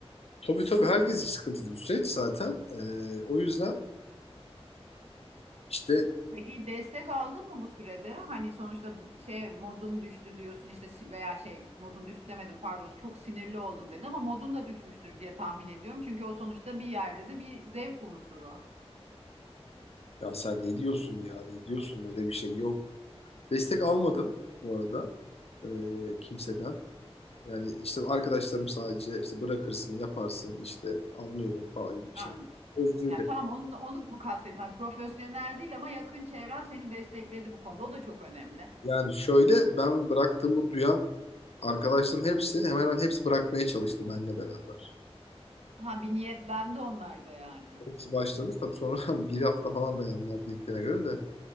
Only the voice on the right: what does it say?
Peki destek aldın mı bu sürede? Hani sonuçta şey modum düştü diyorsun işte si- veya şey modum düştü demedim pardon çok sinirli oldum dedim ama modun da düşmüştür diye tahmin ediyorum. Çünkü o sonuçta bir yerde de bir zevk unsuru.
Ha,
yani tamam onu, onu mu kastettim. Hani profesyonel değil ama yakın çevren seni destekledi bu konuda. O da çok önemli.
Ha bir niyetlendi onlar da yani.